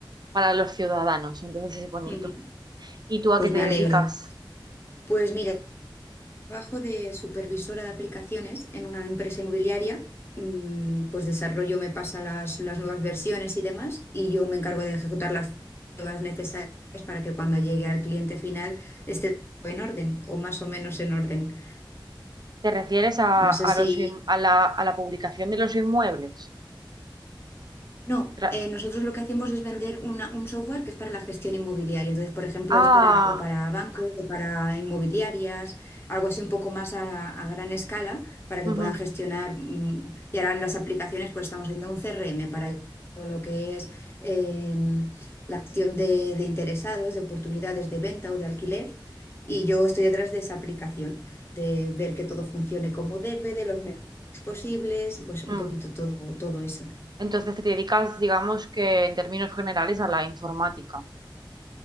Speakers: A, on the right (about 55°); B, on the left (about 30°).
A: para los ciudadanos. Entonces es bonito.
B: Ujú.
A: ¿Y tú a
B: Pues
A: qué te
B: me alegro.
A: dedicas?
B: Pues mira, Trabajo de supervisora de aplicaciones en una empresa inmobiliaria, mm, pues desarrollo, me pasa las, las nuevas versiones y demás, y yo me encargo de ejecutar las pruebas necesarias para que cuando llegue al cliente final esté todo en orden o más o menos en orden.
A: ¿Te refieres a,
B: No
A: a
B: sé si,
A: los, in- a la, a la publicación de los inmuebles?
B: No,
A: Tra-
B: eh, nosotros lo que hacemos es vender una- un software que es para la gestión inmobiliaria. Entonces, por ejemplo,
A: ah,
B: es para o para bancos o para inmobiliarias, algo así un poco más a, a gran escala para que
A: ujú,
B: puedan gestionar. mm, y ahora en las aplicaciones, pues estamos haciendo un CRM para todo lo que es em, la gestión de, de interesados, de oportunidades de venta o de alquiler. Y yo estoy detrás de esa aplicación, de ver que todo funcione como debe, de los medios posibles, pues un
A: mm.
B: poquito todo, todo eso.
A: Entonces te dedicas, digamos que en términos generales, a la informática.